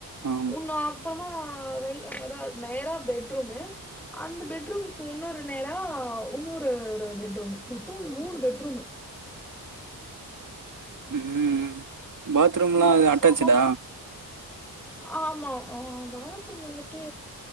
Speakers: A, on the right; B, in the centre.
A: ஆமா
B: உன்ன அப்பமா ரை அதா நேரா பெட்ரூமு அந்த பெட்ரூமுக்கு இன்னுரு நேரா உன்னுரு ஒரு பெட்ரூமு மொத்தோ ஒரு மூணு பெட்ரூமு
A: ம் பாத்ரூம்லா அட்டாச்சுடா
B: சமப் ஆமா ஆ பாத்ரூம் வந்துட்டு